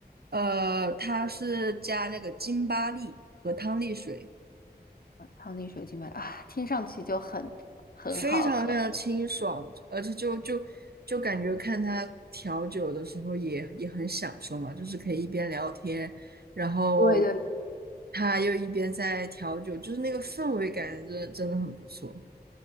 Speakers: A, on the right; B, on the left.
A: 呃，它是加那个金巴利和汤力水，
B: 汤力水晶白啊，听上去就很很好喝。
A: 非常非常清爽，而且就就就感觉看他调酒的时候也也很享受嘛，就是可以一边聊天，然后
B: 对对。
A: 他又一边在调酒，就是那个氛围感真的真的很不错。